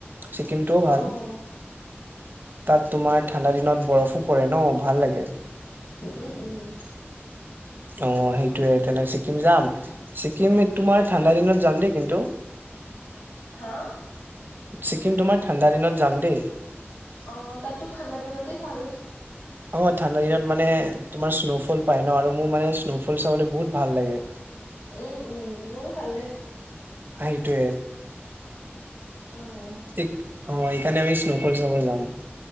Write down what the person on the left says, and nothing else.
অ'
উম, উম।
হা?
অ', তাততো ঠাণ্ডা দিনতেই ভাল।
উম, উম মোৰো ভাল লাগে।
অ'।